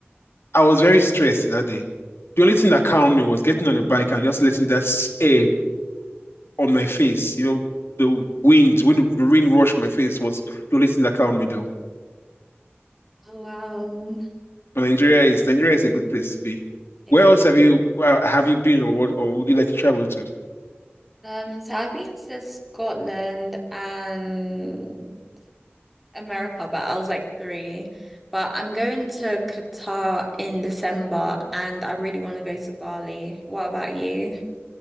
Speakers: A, on the left; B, in the centre.
A: I was very stressed that day. The only thing that calmed me was getting on the bike and just letting that s- air on my face. You know, the wind, when the the wind rushed my face was the only thing that calmed me down.
B: Oh, wow.
A: But Nigeria is Nigeria is a good place to be.
B: It
A: Where else
B: is.
A: have you uh, have you been, or what, or would you like to travel to?
B: Um, so I've been to Scotland and America, but I was like three. But I'm going to Qatar in December and I really want to go to Bali. What about you?